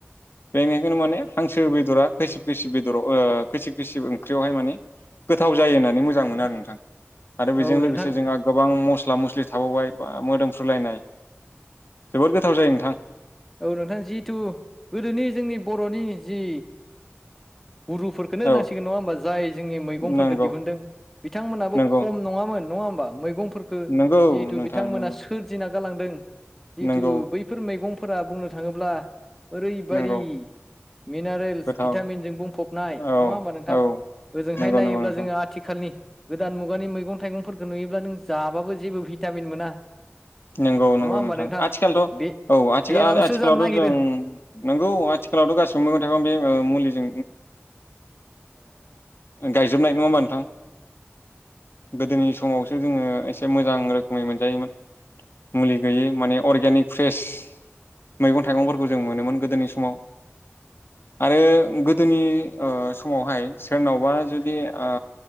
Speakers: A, on the left; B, in the centre.
A: बेनिखायनो माने हांसो बेदरा खैसिफ खैसिब बेदराव ओ खैसिफ खैसिब ओंख्रियावहाय माने गोथाव जायो होननानै मोजां मोनो आरो नोंथां आरो बेजों
B: औ
A: लोगोसे
B: नोंथां
A: जोंहा गोबां मस्ला मस्लि थाबावबाय बा मोदोमफ्रुलायनाय जोबोद गोथाव जायो नोंथां।
B: औ नोंथां जिहथु गोदोनि जोंनि बर'नि जि गुरुफोरखौनो होननांसिगोन
A: औ
B: नङा होमबा जाय जोंनि मैगंफोरखौ
A: नंगौ
B: दिहुनदों बिथांमोनाबो
A: नंगौ
B: खम नङामोन नङा होम मैगंफोरखौ
A: नंगौ
B: जिहेथु
A: नोंथां
B: बिथांमोना
A: नंगौ
B: सोरजिना गालांदों जिहेथु
A: नंगौ
B: बैफोर मैगंफोरा बुंनो थाङोब्ला ओरैबायदि
A: नंगौ
B: मिनारेल्स
A: गोथाव
B: भिटामिनजों बुंफबनाय
A: औ
B: नङा होमबा नोंथां?
A: औ
B: ओजोंहाय
A: नंगौ
B: नायोब्ला
A: नंगौ नोंथां
B: जोङो आथिखालनि गोदान मु गानि मैगं थाइगंफोरखौ नुयोब्ला नों जाबाबो जेबो भिटामिन मोना।
A: नंगौ नंगौ
B: नङा होमबा
A: नोंथां आथिखालथ'
B: बे
A: औ आथिखालावथ'
B: बेरामसो जानो नागिरो
A: जों नोंगौ आथिलावथ' गासिबो मैगं थाइगं बे ओ मुलि ओ गायजोबनाय नङा होमबा नोंथां? गोदोनि समावसो जोङो एसे मोजां रोखोमै मोनजायोमोन। मुलि होयि माने अर्गेनिक फ्रेस मैगं थाइगंफोरखौ जों मोनोमोन गोदोनि समाव। आरो गोदोनि समावहाय सोरनावबा जुदि दि ओ